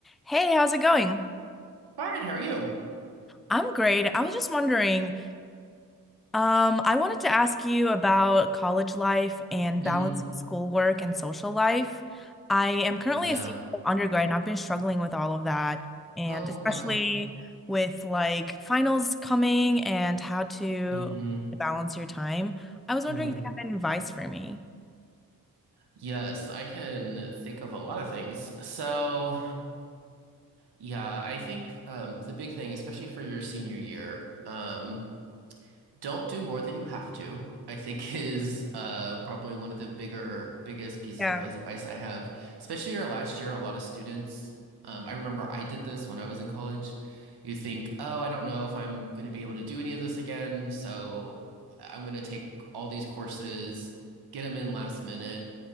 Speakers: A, in the centre; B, on the right.
A: Hey, how's it going?
B: Fine, how are you?
A: I'm great. I was just wondering, um, I wanted to ask you about college life and
B: hmm
A: balancing schoolwork and social life. I am currently
B: Yeah.
A: a senior undergrad and I've been struggling with all of that, and
B: Oh,
A: especially
B: wow.
A: with like finals coming and how to
B: hmm
A: balance your time. I was
B: hmm
A: wondering if you have any advice for me.
B: Yes, I can think of a lot of things. So, yeah, I think um the big thing, especially for your senior year, um Don't do more than you have to, I think <laughs> is uh, probably one of the bigger, biggest pieces
A: Yeah.
B: of advice I have. Especially our last year, a lot of students, um, I remember I did this when I was in college. You think, oh, I don't know if I'm going to be able to do any of this again, so I'm going to take all these courses, get them in last minute.